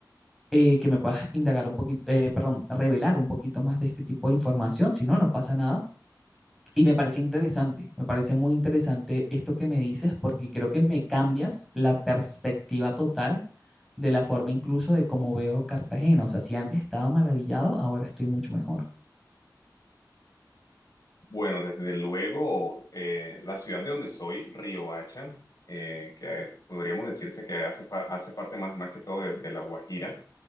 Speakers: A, in the centre; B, on the left.
A: eh, que me puedas indagar un poquito, eh, perdón, revelar un poquito más de este tipo de información. Si no, no pasa nada. Y me parece interesante, me parece muy interesante esto que me dices porque creo que me cambias la perspectiva total de la forma incluso de cómo veo Cartagena. O sea, si antes estaba maravillado, ahora estoy mucho mejor.
B: Bueno, desde luego, eh, la ciudad de donde soy, Riohacha, eh, que podríamos decirse que hace, fa- hace parte más, más que todo de de La Guajira